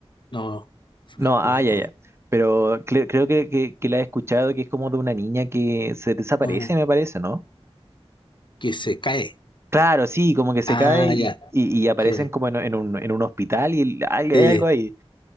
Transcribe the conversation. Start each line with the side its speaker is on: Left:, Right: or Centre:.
Left: No, Fractura
Right: No, ah, ya,
Left: no.
Right: ya. Pero cre- creo que, que, que la he escuchado, que es como de una niña que se desaparece,
Left: Ah,
Right: me parece, ¿no?
Left: que se cae.
Right: Claro, sí, como que se
Left: Ah,
Right: cae y,
Left: ya.
Right: y, y aparecen
Left: Sí,
Right: como en, en un, en un hospital y al- hay
Left: sí,
Right: algo ahí.